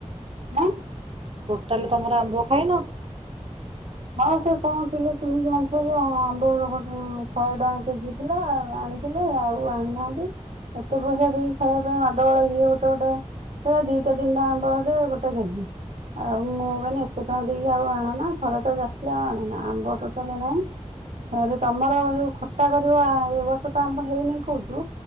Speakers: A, on the right (about 75°); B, on the right (about 50°).
A: ଆଁ
B: ଟୋଟାଲି ତମର ଆମ୍ବ ଖାଇନ?
A: ହଁ ସେ କଣ ଥିଲେ କିଣିକି ଆଣି ଯେ ଆମ୍ବ ଶହେ ଟଙ୍କା କେଜି ଥିଲାଉ ଆଣିଥିଲେ ଆଉ ଆଣିନାହାନ୍ତି। ଏତେ ପଇସା ଦେଇକି ଖାଇବା ପାଇଁ ମାଡ ଗଳ ଏ ଗୋଟେ ଗୋଟେ ଦିଟା ତିନିଟା ଆମ୍ବ ଗଟେ ଗୋଟେ କେଜି ଆଉ ମୁଁ କହିଲି ଏତେ ଟଙ୍କା ଦେଇକି ଆଉ ଆଣନା ଖରା ଲ ଆ ଆଣନା ଆମ୍ବ ଟୋଟାଲି ନାହିଁ ତମର ଯୋଉ ଖଟା କରିବ ଏ ବର୍ଷ ତ ଆମ୍ବ ହେଇନି କହୁଛୁ